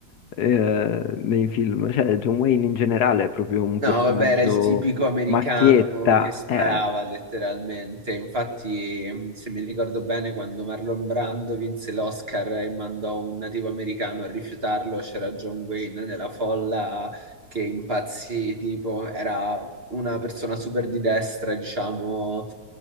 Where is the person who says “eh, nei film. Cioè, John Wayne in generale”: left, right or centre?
Left